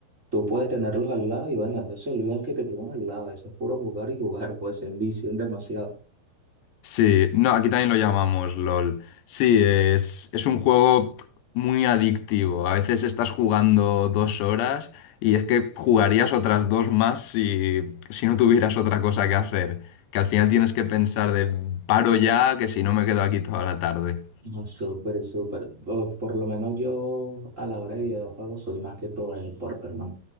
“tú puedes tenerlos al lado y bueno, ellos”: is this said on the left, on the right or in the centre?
Right